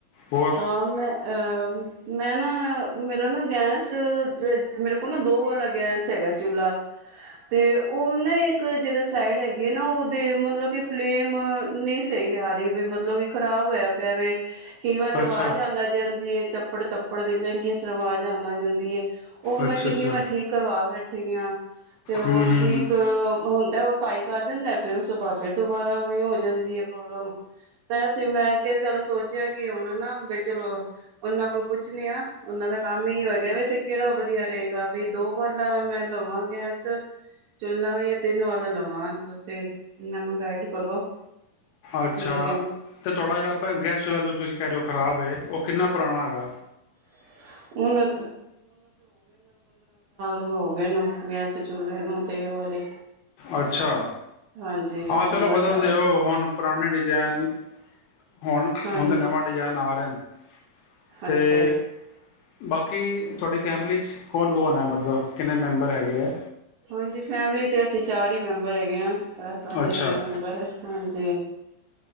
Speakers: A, on the left (about 80°); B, on the right (about 75°).
A: ਹੋਰ
B: ਹਾਂ ਮੈਂ ਅਹ ਮੈਂ ਨਾ ਮੇਰਾ ਨਾ ਗੈਸ ਵੇਚ ਮੇਰੇ ਕੋਲ ਨਾ ਦੋ ਵਾਲਾ ਗੈਸ ਹੈਗਾ ਚੁਲਾ ਤੇ ਔ ਨਾ ਇੱਕ ਜੇੜਾ ਸਾਈਡ ਹੈਗੀ ਐ ਨਾ ਉਦੇ ਮਤਲਬ ਕਿ ਫਲੇਮ ਨੀ ਸਹੀ ਆ ਰ ਰੀ ਵੇ ਮਤਲਬ ਕਿ ਖ਼ਰਾਬ ਹੋਯਾ ਪਿਆ ਵੇ। ਕਈ ਵਾਰ ਤੇ
A: ਅੱਛਾ
B: ਵਾਜ਼ ਆਣ ਲਗ ਜਾਂਦੀ ਏ ਤਪ ਕੱਪੜ-ਤੱਪੜ ਦੀ ਪਤਾ ਨੀ ਕਿਸ ਤਰਾਂ ਵਾਜ਼ ਆਨ ਲਗ ਜਾਂਦੀ ਏ। ਓਹ ਮੈਂ
A: ਅੱਛਾ
B: ਕਿੰਨੀ
A: ਅੱਛਾ
B: ਵਾਰ ਠੀਕ ਕਰਵਾ ਬੈਠੀ ਆਂ। ਤੇ ਔ
A: ਹੂੰ ਹੂੰ
B: ਠੀਕ
A: ਹੂੰ।
B: ਹੁੰਦ ਤੈ ਔ ਪਾਈ ਕਰ ਦਿੰਦੈ ਫੇਰ ਉਸੋ ਬਾਦ ਫੇਰ ਦੁਬਾਰਾ ਔਵੇ ਹੋ ਜਾਂਦੀ ਏ, ਪ੍ਰੋਬਲਮ। ਕੈਸੀ ਮੈਂ ਕਿਆ ਚਲ ਸੋਚਿਆ ਕਿ ਹੁਣ ਨਾ ਬਈ ਚਲੋ ਉਨਾਂ ਕੋਲ ਪੁੱਛਣੇ ਆਂ ਉਨਾਂ ਦਾ ਕੰਮ ਅਈਔ ਹੈਗਾ ਵੇ ਤੇ ਕੇੜਾ ਵਧੀਆ ਰਹੇਗਾ ਬਈ ਦੋ ਵਾਲਾ ਮੈਂ ਲਵਾਂ ਗੈਸ ਚੁਲਾ ਯਾ ਤੇੰਨ ਵਾਲਾ ਲਵਾਂ, ਤੁਸੀਂ ਮੈਨੂੰ ਨੂੰ ਗਾਈਡ ਕਰੋ।
A: ਅੱਛਾ।
B: ਬਈ
A: ਤੇ ਤੁਹਾਡਾ ਜੇੜਾ ਅ ਪੈਲਾ ਗੈਸ ਚੁਲਾ ਜੋ ਤੁਸੀਂ ਕੈ ਰੇ ਹੋ ਖ਼ਰਾਬ <unintelligible> ਓ ਕਿੰਨਾ ਪੁਰਾਣਾ ਹੈਗਾਐ।
B: <unintelligible> ਸਾਲ ਕ ਹੋ ਗਏ ਨੂ, ਗੈਸ ਚੁੱਲੇ ਨੂੰ ਤੇ ਓ ਵਾਲੇ।
A: ਅੱਛਾ,
B: ਹਾਂਜੀ
A: ਆ
B: ਪੰਦਰਾਂ
A: ਚਲੋ ਬਦਲਦੇ
B: ਸਾਲ
A: ਓ ਹੁਨ ਪਰਾਨਣੇ ਡਿਜੈਨ। ਹੋਨ,
B: ਹਾਂਜੀ
A: ਹੋਨ ਤੇ ਨਵ ਡਿਜੈਨ ਆ ਰੇਯਾ ਨ, ਤੇ
B: ਅੱਛਾ ਜੀ
A: ਬਾਕੀ ਤੁਆਡੀ ਫੈਮਲੀ ਚ ਕੌਨ, ਕੌਨ ਐ? ਮਤਲਬ ਕਿੰਨੇ ਮੈਂਬਰ ਹੈਗੇ ਐ?
B: ਹਾਂਜੀ, ਫੈਮਲੀ ਤੇ ਅਸੀਂ ਚਾਰ ਈ ਮੈਂਬਰ ਹੈਗੇ ਆਂ। ਚਾਰ, ਪੰਜ
A: ਅੱਛਾ
B: ਹੈਗੇ ਆਂ ਮੈਂਬਰ ਹਾਂਜੀ।